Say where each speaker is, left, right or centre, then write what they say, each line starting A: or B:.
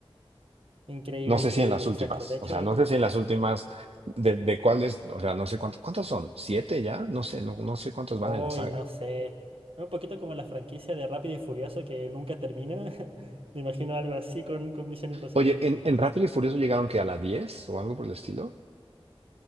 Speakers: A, on the right; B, on the right.
A: Increíble,
B: No sé
A: increíble,
B: si en las últimas,
A: exacto. De hecho,
B: o sea, no sé si en las últimas de, de cuáles, o sea, no sé cuántos, ¿cuántas son? ¿Siete ya? No sé, no, no sé cuántos
A: hoy
B: van en la saga.
A: no sé. Un poquito como la franquicia de Rápido y Furioso que nunca termina. <laughs> Me imagino algo así con, con Misión Imposible.
B: Oye, ¿en, en Rápido y Furioso llegaron que a la diez o algo por el estilo?